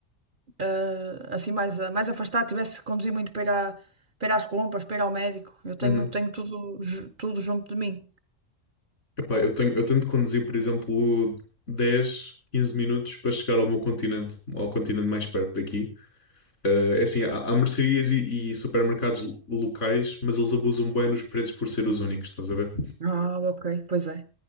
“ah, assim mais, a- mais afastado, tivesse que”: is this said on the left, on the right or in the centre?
Right